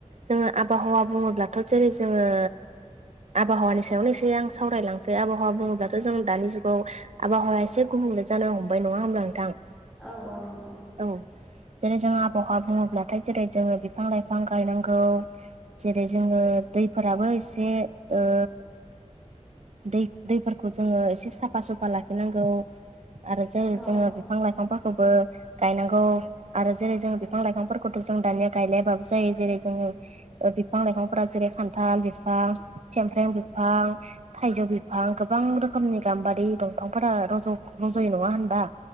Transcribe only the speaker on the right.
जोङो आबहावा बुङोब्लाथ' जेरै जोङो आबहावानि सायावनो एसे आं सावरायलांसै आबहावा बुङोब्लाथ' जों दानि जुगाव आबहावाया एसे गुबुंले जानो हमबाय नङा होमब्ला नोंथां?
औ जेरै जों आबहावा बुङोब्लाथाय जेरै जोङो बिफां लाइफां गायनांगौ जेरै जोङो दैफोराबो एसे ओ दै- दैफोरखौ जोङो एसे साफा सुफा लाखिनांगौ। आरो जेरै
जोङो बिफां लाइफांफोरखौबो गायनांगौ आरो जेरै जोङो बिफां लाइफांफोरखौ खौथ जों दानिया गायलायबाबो जायो जेरै जोङो बिफां -लाइफां फ्रा जेरै खान्थाल बिफां सेमफ्रें बिफां थाइजौ बिफां गोबां रोखोमनि गाम्बारि दंफांफोरा रज' रज'यो नङा होनबा?